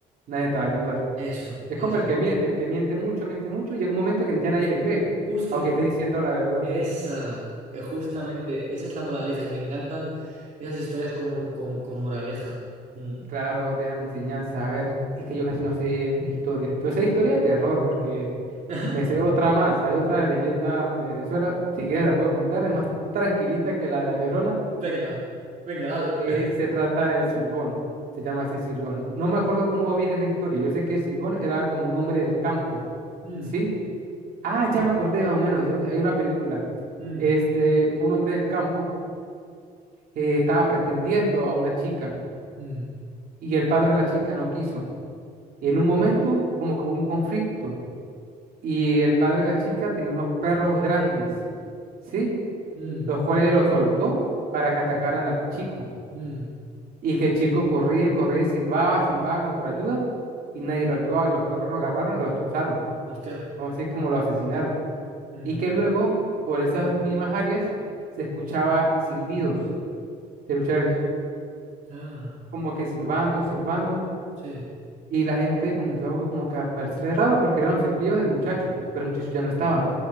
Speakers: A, on the right; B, on the right.
A: nadie te va a ayudar.
B: Eso,
A: Es
B: eso.
A: como el que miente, el que miente mucho, miente mucho y llega un momento que ya nadie le cree,
B: Justo.
A: aunque esté diciendo la verdad.
B: Esa. eh, Justamente. Esa es la moraleja y me encantan esas historias como, con, con moraleja. Mm.
A: Claro, dejan enseñanza. A ver, es que yo casi no sé historias. Yo sé historia de terror porque
B: <laughs>
A: me sé otra más. Hay otra leyenda de Venezuela. Si quieres la puedo contar. Es más tranquilita que la de La Llorona.
B: Venga, venga, dale.
A: Eh, se trata del Silbón. Se llama así Silbón. No
B: Ajá.
A: me acuerdo
B: <laughs>
A: cómo viene la historia. Yo sé que Silbón era como un hombre del campo.
B: Mm,
A: ¿Sí? Ah, ya me acordé más o menos. Yo, hay una película.
B: mm,
A: Este fue un hombre del campo que estaba pretendiendo a una chica
B: mm,
A: y el padre de la chica no quiso. Y
B: mm,
A: en un momento como que hubo un conflicto y el padre de la chica tenía unos perros grandes, ¿sí?
B: mm,
A: Los cuales los soltó para que atacaran al chico.
B: mm.
A: Y que el chico corría, corría, y silbaba, silbaba como por ayuda, y nadie lo ayudaba, y los perros lo agarraron y lo destrozaron,
B: Hostia.
A: vamos a decir como lo asesinaron.
B: Mm.
A: Y que luego, por esas mismas áreas, se escuchaba silbidos, se escuchaba el-
B: Ah,
A: como que silbando, silbando,
B: sí.
A: y la gente comenzó a- como que a parecerle raro porque eran los silbidos del muchacho, pero el muchacho ya no estaba.